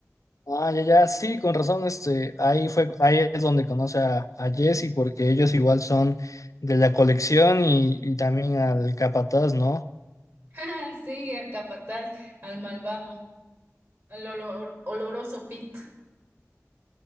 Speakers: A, on the left; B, on the right.
A: Ah, ya, ya, sí, con razón, este, ahí fue, ahí es donde conoce a, a Jesse, porque ellos igual son de la colección y, y también al capataz, ¿no?
B: <laughs> Sí, al capataz, al malvado, al olor- oloroso Pit.